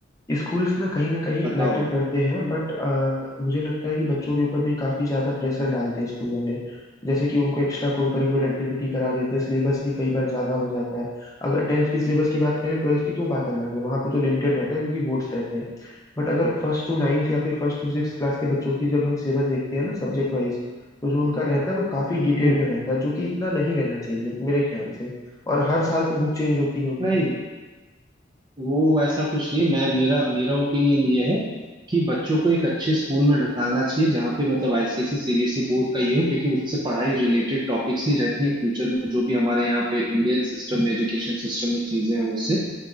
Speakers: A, on the left (about 15°); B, on the right (about 20°).
A: स्कूल्स ना कहीं ना कहीं
B: बताओ
A: मैटर
B: बताओ
A: करते हैं बट मुझे लगता है कि बच्चों के ऊपर भी काफी ज्यादा प्रेशर डालते हैं स्कूल वाले जैसे कि उनको एक्स्ट्रा को करिकुलर
B: हाँ
A: एक्टिविटी करा देते हैं सिलेबस भी कई बार ज्यादा हो जाता है अगर टेंथ की सिलेबस की बात करें ट्वेल्थ की तो बात अलग है वहां पे तो लिमिटेड रहता है क्योंकि बोर्ड्स रहते हैं बट अगर फर्स्ट टू नाइन्थ या फिर फर्स्ट टू सिक्स क्लास के बच्चों की जब हम सिलेबस देखते हैं ना सब्जेक्ट वाइज तो जो उनका रहता है वो काफी डिटेल
B: हम्म,
A: में रहता है जो कि इतना नहीं रहना चाहिए मेरे ख्याल से और हर साल तो बुक चेंज होती है उनकी
B: नहीं वो ऐसा कुछ नहीं मैं मेरा मेरा ओपिनियन ये है कि बच्चों को एक अच्छे स्कूल में डालना चाहिए जहाँ पे मतलब आईसीएसई सीबीएसई बोर्ड का ये हो क्योंकि उससे पढ़ाई रिलेटेड टॉपिक्स ही रहती हैं फ्यूचर में जो भी हमारे यहाँ पे इंडियन सिस्टम में एजुकेशन सिस्टम में चीजें हैं उससे